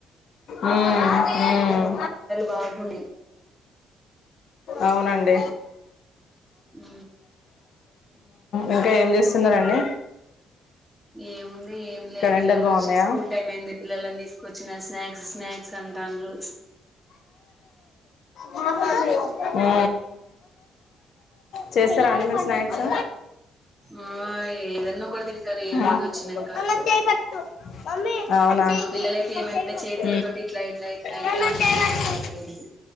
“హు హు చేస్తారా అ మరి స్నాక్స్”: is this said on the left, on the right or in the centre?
Left